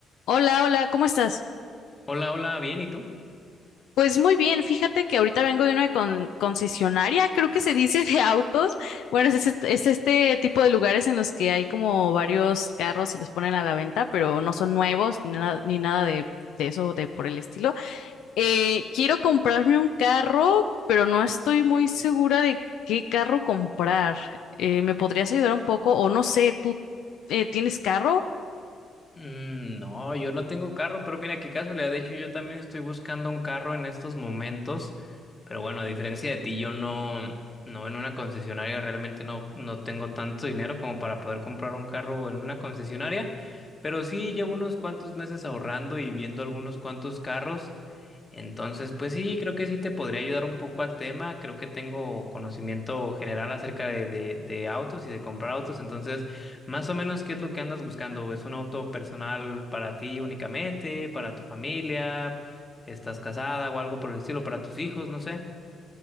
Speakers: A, on the left; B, on the left.
A: Hola, hola, ¿cómo estás?
B: Hola, hola, bien, ¿y tú?
A: Pues muy bien, fíjate que ahorita vengo de una con- concesionaria, creo que se dice de autos. Bueno, es, ese- es este tipo de lugares en los que hay como varios carros y los ponen a la venta, pero no son nuevos ni nada, ni nada de, de eso, de por el estilo. Eh, quiero comprarme un carro, pero no estoy muy segura de qué carro comprar. Eh, ¿me podrías ayudar un poco? O no sé, ¿tú eh, tienes carro?
B: Mm, no, yo no tengo carro, pero mira qué casualidad. De hecho, yo también estoy buscando un carro en estos momentos. Pero bueno, a diferencia de ti, yo no, no en una concesionaria realmente no, no tengo tanto dinero como para poder comprar un carro en una concesionaria. Pero sí llevo unos cuantos meses ahorrando y viendo algunos cuantos carros. Entonces, pues sí, creo que sí te podría ayudar un poco al tema. Creo que tengo conocimiento general acerca de, de de autos y de comprar autos. Entonces. Más o menos, ¿qué es lo que andas buscando? ¿Es un auto personal para ti únicamente, para tu familia? ¿Estás casada o algo por el estilo, para tus hijos? No sé.